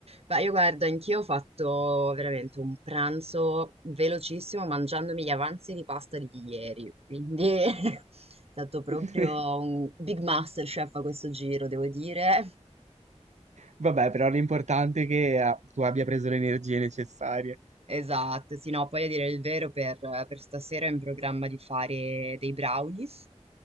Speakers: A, on the right; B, on the right.
A: Ma io guarda, anch'io ho fatto veramente un pranzo velocissimo mangiandomi gli avanzi di pasta di ieri, quindi <laughs> è stato proprio
B: <laughs>
A: un big master chef a questo giro, devo dire.
B: Vabbè, però l'importante è che ah, tu abbia preso le energie necessarie.
A: Esatto, sì, no, poi a dire il vero per, per stasera ho in programma di fare dei brownies,